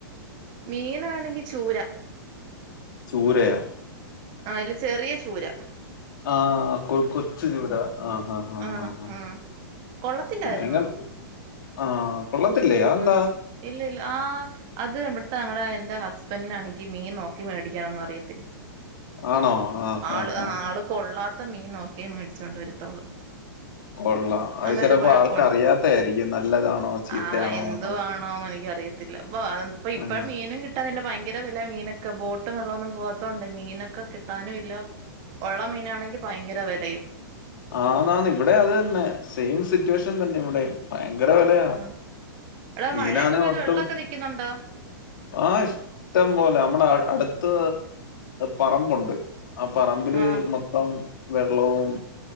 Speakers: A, on the right; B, on the left.
A: മീനാണെങ്കി ചൂര
B: ചൂരയെ
A: ആയില് ചെറിയ ചൂര
B: ആഹ് കൊ കൊച്ചു ചൂര ആ ഹാ ഹാ
A: ആഹ്
B: ഹാ ഹാ
A: ആഹ് കൊള്ളത്തില്ലായിരുന്നു
B: എങ്ങൻ ആഹ് കൊള്ളത്തില്ലേ അയ് എന്താ
A: ആഹ് ഇല്ല ഇല്ല ആ അത് ഇവിടുത്തെ ഞങ്ങടെെ എന്റെ ഹസ്ബൻഡിനാണെങ്കിൽ മീൻ നോക്കി മേടിക്കാനൊന്നും അറിയത്തില്ല
B: ആണോ ആഹ്
A: ആള്
B: ആഹ്
A: ആ
B: ആഹ്
A: ആള് കൊള്ളാത്ത മീൻ നോക്കിയേ മേടിച്ചോണ്ട് വരുത്തോള്ളൂ
B: കൊള്ളാം അത്
A: അങ്ങനെ
B: ചെലപ്പോ
A: ഒരു കുഴപ്പമുണ്ട്
B: ആൾക്കറിയാത്തായിരിക്കും നല്ലതാണോ ചീത്തയാണോ
A: ആ എന്തുവാണോന്ന്
B: എന്നുള്ളത്
A: എനിക്കറിയ ത്തില്ല ഇപ്പം
B: ആഹ്
A: മീനും കിട്ട കിട്ടാനില്ല ഭയങ്കര വില മീനൊക്കെ ബോട്ടും വെള്ളമൊന്നും പോവാത്തോണ്ട് മീനൊക്കെ കിട്ടാനും ഇല്ല ഉള്ള മീനാണെങ്കിൽ ഭയങ്കരം വിലയും
B: ആന് ആന് ഇവിടെ അത് തന്നെ സെയിം സിറ്റുവേഷൻ തന്നെ ഇവിടെ ഭയങ്കരം വിലയാ
A: ആഹ് എടാ
B: മീനാണെ
A: മഴയൊക്കെ പെയ്ത്
B: ഒട്ടും
A: വെള്ളമൊക്കെ നിക്കുന്നുണ്ടോ
B: ആഹ ഇഷ്ടം പോലെ നമ്മടെ അടുത്ത് പറമ്പുണ്ട് ആ പറമ്പ് റമ്പില്
A: ആഹ്
B: മൊത്തം വെള്ളവും